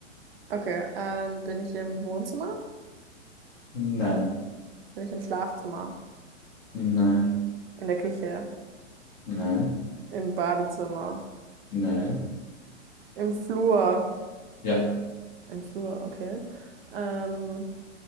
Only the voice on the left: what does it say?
Nein.
Nein.
Nein.
Nein.
Ja.